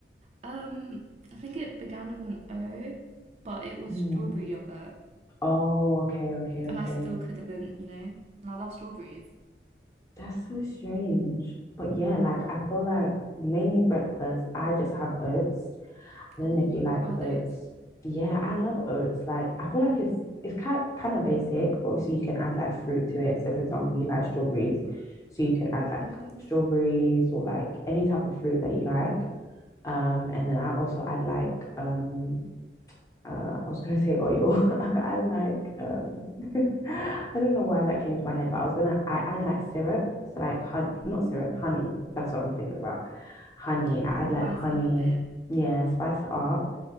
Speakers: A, on the right; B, on the left.
A: Um, I think it began with an O, but it was
B: Mm.
A: strawberry yogurt
B: Oh, okay, okay, okay.
A: and I still couldn't, you know. And I love strawberries.
B: That's so strange. But yeah, like I feel like mainly breakfast, I just have oats. I don't
A: Ooh,
B: know if you like
A: how are those?
B: oats. Yeah, I love oats. Like, I feel like it's it's kind kind of basic. Obviously, you can add like fruit to it. So, for example, you like strawberries, so you could add like
A: hmm
B: strawberries or like any type of fruit that you like. Um, and then I also add like um uh I was gonna say oil. <laughs> I add like um <laughs> I don't know why that came to my head, but I was gonna I add like syrup. So like hun
A: Ooh,
B: not syrup, honey. That's what I'm thinking about. Honey. I add
A: spice
B: like honey.
A: it up a bit.
B: Yeah, spice it up.